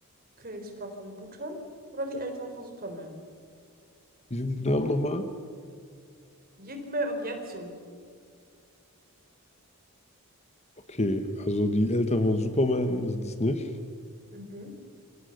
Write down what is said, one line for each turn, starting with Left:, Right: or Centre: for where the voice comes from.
Right: Königspaar von Bhutan oder die Eltern von Superman?
Left: wie sind die Namen nochmal?
Right: Yigme und Yetsun.
Left: Okay, also die Eltern von Superman sind es nicht.
Right: Mhm.